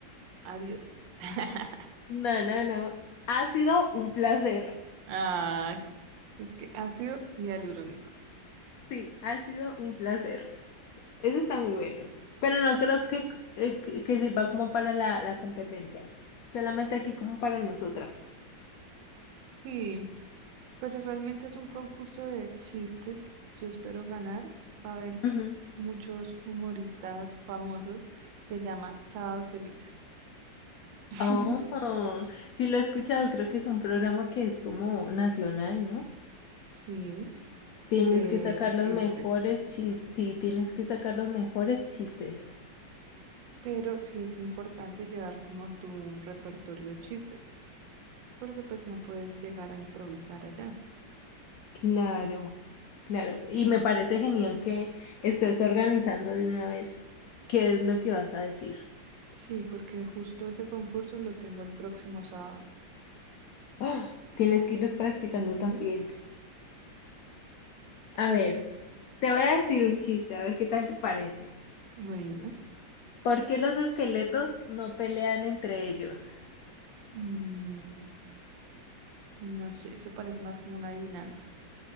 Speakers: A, on the right; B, on the left.
A: Adiós. <laughs>
B: No, no, no. Ha sido un placer.
A: Ay, es que ácido y alurónico.
B: Sí, ha sido un placer. Ese está muy bueno. Pero no creo que, eh, que, que sirva como para la, la competencia. Solamente aquí como para nosotras.
A: Sí. Pues eh, realmente es un concurso de chistes. Yo espero ganar. Va a haber
B: Ujú.
A: muchos humoristas famosos. Se llama Sábados Felices. <laughs>
B: Oh, sí lo he escuchado. Creo que es un programa que es como nacional, ¿no?
A: Sí,
B: Tienes
A: de
B: que sacar
A: chistes.
B: los mejores chistes. Sí, tienes que sacar los mejores chistes.
A: Pero sí es importante llevar como tu repertorio de chistes, porque pues no puedes llegar a improvisar allá.
B: Claro, claro. Y me parece genial que estés organizando de una vez qué es lo que vas a decir.
A: Sí, porque justo ese concurso lo tengo el próximo sábado.
B: ¡Oh! Tienes que irlos practicando
A: Ujú,
B: también.
A: Sí,
B: A ver. Te voy a decir un chiste, a ver qué tal te parece.
A: bueno.
B: ¿Por qué los esqueletos no pelean entre ellos?
A: mm, no sé, eso parece más como una adivinanza.